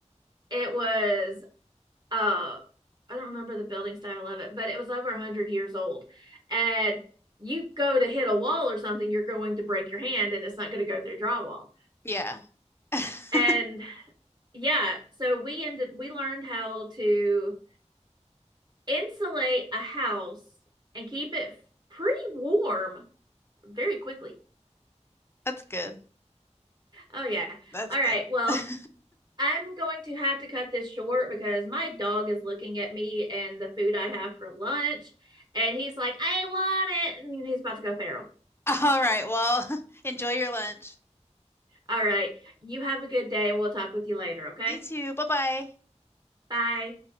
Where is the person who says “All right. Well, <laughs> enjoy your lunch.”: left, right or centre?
Left